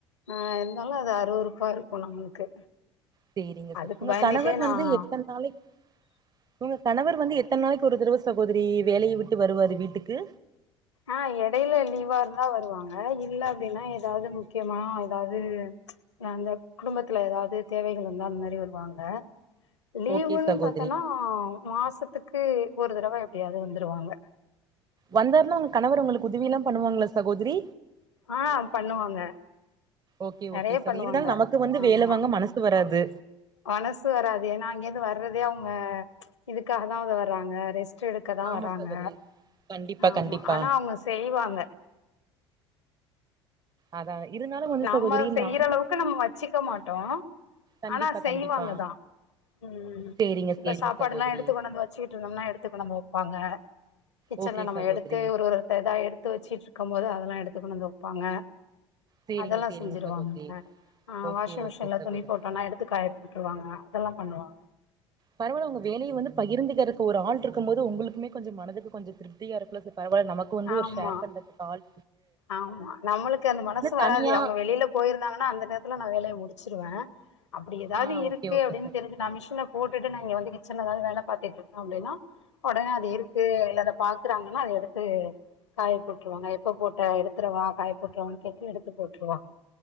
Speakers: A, on the left; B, on the right.
A: ஆ இருந்தாலு அது அறுவெறுப்பா இருக்கு நம்மளுக்கு
B: செரிங்க சார்
A: அதுக்கு
B: உங்க
A: பயந்துட்டே
B: கணவர் வந்து
A: நான்
B: எத்தன நாளைக்கு உங்க கணவர் வந்து எத்தன நாளைக்கு ஒரு தருவ சகோதரி வேலைய விட்டு வருவாரு வீட்டுக்கு
A: ஆ எடையில லீவா இருந்தா வருவாங்க இல்ல அப்படின்னா ஏதாவது முக்கியமா ஏதாவது ம்ச் அந்த குடும்பத்துல ஏதாவது தேவைகள் இருந்தா அந்த மாரி வருவாங்க லீவுன்னு
B: ஓகே சகோதரி
A: பாத்தோனா மாசத்துக்கு ஒரு தரவ எப்படியாவது வந்துருவாங்க
B: வந்தாருன்னா உங்க கணவர் உங்களுக்கு உதவிலா பண்ணுவாங்களா சகோதரி
A: ஆ பண்ணுவாங்க
B: ஓக்கே
A: நிறைய
B: ஓக்கே சார்
A: பண்ணுவாங்க
B: இருந்தாலுய நமக்கு வந்து
A: ஆமா
B: வேல வாங்க மனசு சு வராது
A: மனசு வராது ஏன்னா அங்கேந்து வர்றதே அவங்க ம்ச் இதுக்காக தா அத வர்றாங்க ரெஸ்ட ரெஸ்ட் எடுக்கதா
B: ஆமா
A: வராங்க
B: சகோதரி கண்டிப்பா
A: ஆமா
B: கண்டிப்பா
A: அனா அவங்க செய்வாங்க.
B: அதா இருந்தாலு வந்து
A: நம்ம
B: சகோதரி
A: செய்யறளவுக்கு
B: நா
A: நம்ம வச்சிக்க மாட்டோ.
B: கண்டிப்பா
A: அனா செய்வாங்க
B: கண்டிப்பா
A: தா ம் ம்
B: சேரிங்க
A: இப்ப
B: சேரிங்க
A: சாப்பாடுலா
B: சகோதரி
A: எடுத்து கொன்னாந்து வச்சீட்ருந்தம்ன்னா எடத்துக்கு நம்ம ஒப்பாங்க. கிச்சன்ல
B: ஓகே
A: நம்ம
B: சகோதரி
A: எடுத்து ஒரு ஒருத்த தா எடுத்து வெச்சீட்ருக்கும் போது அதெல்லா எடுத்து கொண்டு வந்து வெப்பாங்க
B: சேரிங்க
A: அதெல்லா
B: சேரிங்க
A: செஞ்சுருவாங்க
B: சகோதரி
A: அ
B: ஓகே
A: வாஷிங்
B: ஓகே
A: மிஷின்ல
B: சகோதரி
A: துணி போட்டோன்னா எடுத்து காய விட்ருவாங்க அதெல்லா பண்ணுவாங்க
B: பரவால்ல உங்க வேலயு வந்து பகிர்ந்துகறக்கு ஒரு ஆள்ருக்கும் போது உங்களுக்குமே கொஞ்சோ மனதுக்கு கொஞ்சோ திருப் த்தியா இருக்குள்ள சர் பரவால்ல நமக்கு வந்து
A: ஆமா
B: ஒரு ஷேர் பண்றத்துக்கு ஆல்
A: ஆமா நம்மளுக்கு அந்த மனசு வராது
B: தனியா
A: அவங்க வெளிலப் போயிருந்தாங்கன்னா அந்த நேரத்துல நா வேலைய முடிச்சிருவ அப்படி எதாவது
B: ஆ
A: இருக்கு
B: ஓகே ஓகே
A: அப்டின்னு
B: ச
A: தெரிஞ்சு நா மிஷின்ல போட்டுட்டு நா இங்க வந்து கிச்சன்ல எதாது வேல பாத்துட்ருப்ப அப்டின்னா ஒடனே அது இருக்கு இல்ல அத பாக்குறாங்கன்னா அத எடுத்து காயப்போட்ருவாங்க எப்ப போட் டா எடுத்துறவா காய போட்றவான்னு கேட்டு எடுத்து போட்டுருவாங்க